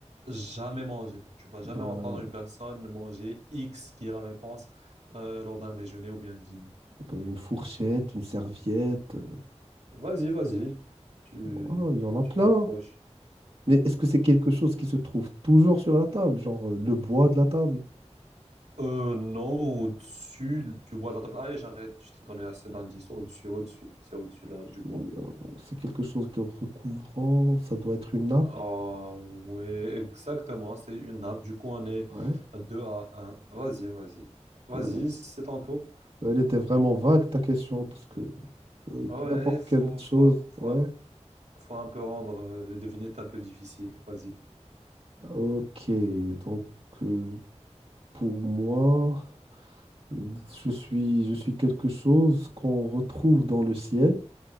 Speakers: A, on the right; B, on the right.
A: Jamais mangé. Tu vas jamais
B: Ben,
A: entendre une personne manger X, qui est la réponse, euh, lors d'un déjeuner ou bien un dîner.
B: ben, une fourchette, une serviette, euh,
A: Vas-y, vas-y. Tu,
B: oh, il y en a
A: tu
B: plein.
A: t'approches.
B: Mais est-ce que c'est quelque chose qui se trouve toujours sur la table, genre euh, le bois de la table?
A: Euh, non, au-dessus, tu vois, de la table. Allez, j'arrête. Je t'ai donné assez d'indices. Au-dessus, au-dessus. C'est au-dessus là, du bois.
B: Euh, C'est quelque chose de recouvrant, ça doit être une nappe.
A: Ah ouais, exactement, c'est une nappe. Du coup, on est
B: Ouais.
A: deux à un Vas-y, vas-y. Vas-y,
B: Euh,
A: c'est ton tour.
B: Elle était vraiment vague ta question parce que euh,
A: Ouais,
B: n'importe
A: faut,
B: quelle chose.
A: faut, faut,
B: Ouais.
A: faut un peu rendre euh, les devinettes un peu difficiles. Vas-y.
B: Ok. Donc euh, pour moi, euh, je suis, je suis quelque chose qu'on retrouve dans le ciel,